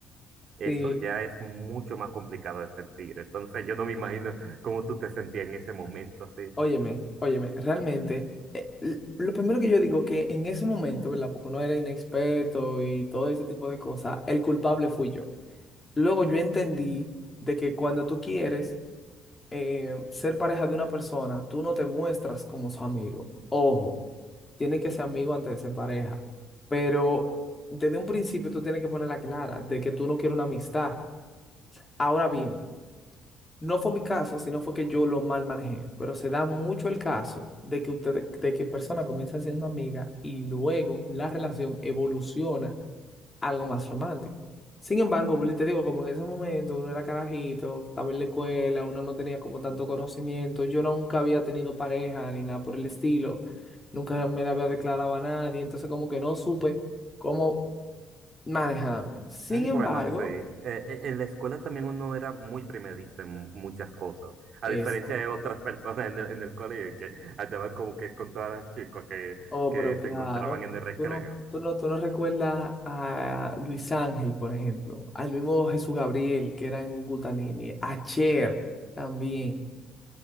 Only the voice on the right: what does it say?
Eso
ya es mucho más complicado de sentir. Entonces yo no me imagino cómo tú te sentías en ese momento así.
Mm,
Bueno, sí. Eh, eh, en la escuela también uno era muy primerizo en muchas cosas, a
diferencia de otras <laughs> personas en el, en el colegio que andaban como que con todas las chicas que,
que
se encontraban en el recreo.